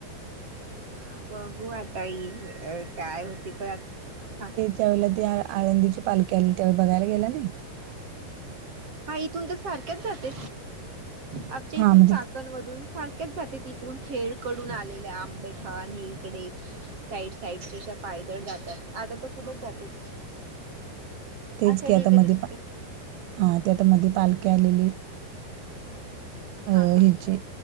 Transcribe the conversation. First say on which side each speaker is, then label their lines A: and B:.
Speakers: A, on the right (about 35°); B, on the right (about 75°).
A: हा बघू आता येईल काय होती पण आ
B: त्यावेळेला ते आळंदीची पालकी आली त्यावेळी बघायला गेला नाही.
A: हा इथून तर सारख्याच जाते आमच्या इथून
B: हा म्हणजे
A: चाकणमधून सारख च जाते तिकडून खेड कडून आलेल्या आंबेठान हे इकडे साईड साईडच्या अशा पायदळ जातात आता तर खूपच जात्यात.
B: तेच
A: आषाढी
B: की आता
A: एकादशीच्या
B: मध्ये पा- हा ते आत्ता मधी पालखी आलेली
A: हा हा
B: अ ह्याची
A: हा